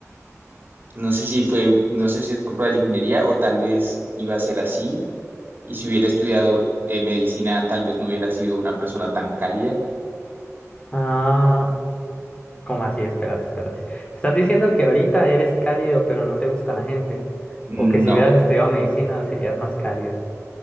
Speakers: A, on the right; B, on the left.
A: no sé si fue, no sé si es culpa de la ingeniería o tal vez iba a ser así y si hubiera estudiado eh, medicina tal vez no hubiera sido una persona tan cálida.
B: Ah, ¿cómo así? Espérate, espérate. ¿Estás diciendo que ahorita eres cálido, pero no te gusta la gente? O
A: No,
B: que si hubieras estudiado medicina serías más cálido.